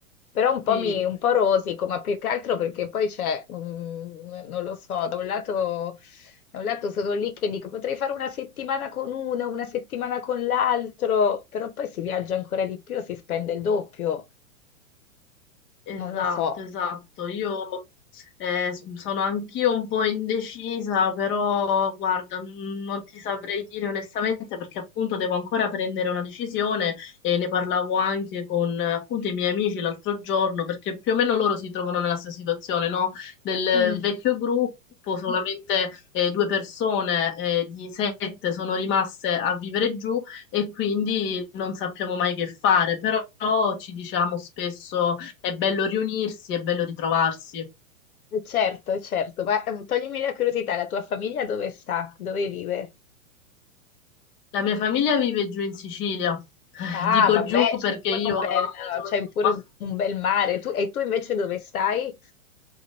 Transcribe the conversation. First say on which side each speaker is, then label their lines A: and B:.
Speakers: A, on the left; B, on the left.
A: Però un po'
B: sì.
A: mi, un po' rosico, ma più che altro perché poi c'è, mm, non lo so, da un lato, da un lato sono lì che dico potrei fare una settimana con uno, una settimana con l'altro, però poi si viaggia ancora di più, si spende il doppio,
B: Esatto,
A: non lo so.
B: esatto. Io eh, s- sono anch'io un po' indecisa, però guarda, n- non ti saprei dire onestamente perché appunto devo ancora prendere una decisione e ne parlavo anche con eh, appunto i miei amici l'altro giorno, perché più o meno loro si trovano nella stessa situazione, no? Del
A: Mm.
B: vecchio gruppo, solamente eh, due persone eh, di sette sono rimaste a vivere giù e quindi non sappiamo mai che fare, però ci diciamo spesso è bello riunirsi, è bello ritrovarsi.
A: Eh, Certo, certo, ma ehm, toglimi la curiosità, la tua famiglia dove sta? Dove vive?
B: La mia famiglia vive giù in Sicilia. <laughs>
A: Ah,
B: Dico
A: vabbè,
B: giù perché
A: c'hai pure
B: io
A: un bel,
B: abito a
A: c'hai
B: Roma.
A: pure un, un bel mare. Tu- e tu invece dove stai?